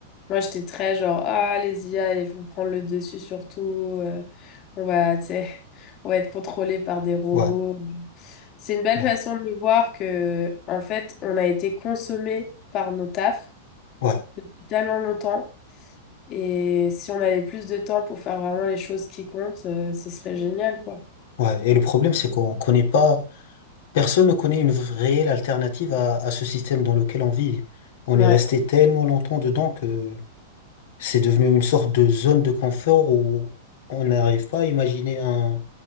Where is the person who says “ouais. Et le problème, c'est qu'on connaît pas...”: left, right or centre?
Left